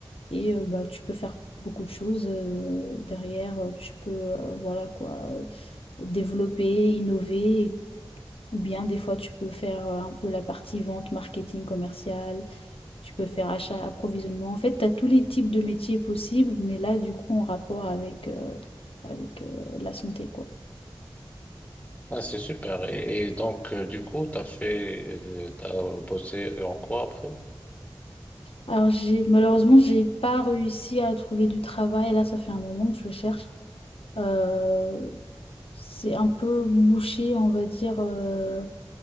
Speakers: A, on the left; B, on the left.
A: Et euh, bah, tu peux faire beaucoup de choses euh, derrière. euh, Tu peux, euh, voilà quoi, euh, développer, innover. Ou bien, des fois, tu peux faire euh, un peu la partie vente, marketing commercial. Tu peux faire achat, approvisionnement. En fait, tu as tous les types de métiers possibles, mais là, du coup, en rapport avec, euh, avec euh, la santé, quoi.
B: Ah, c'est super. Et, et donc, euh, du coup, t'as fait, euh, t'as bossé en quoi après?
A: Alors, j'ai, malheureusement, j'ai pas réussi à trouver du travail. Là, ça fait un moment que je cherche. Euh, c'est un peu bouché, on va dire. euh,